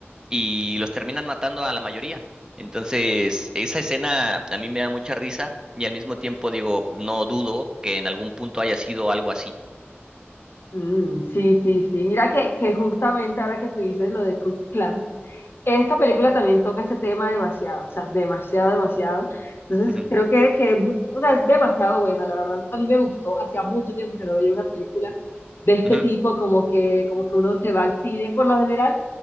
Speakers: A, on the right; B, on the left.
A: y los terminan matando a la mayoría. Entonces, esa escena a mí me da mucha risa y al mismo tiempo digo, no dudo que en algún punto haya sido algo así.
B: Mm, sí, sí, sí. Mira que, que justamente ahora que tú dices lo de Cook Clan. Esta película también toca ese tema demasiado, o sea, demasiado, demasiado. Entonces,
A: Ujú,
B: creo que, que, o sea, es demasiado buena, la verdad. A mí me gustó, hacía mucho tiempo que no veía una película de este
A: ujú,
B: tipo, como que, como que uno se va al cine. Por lo general,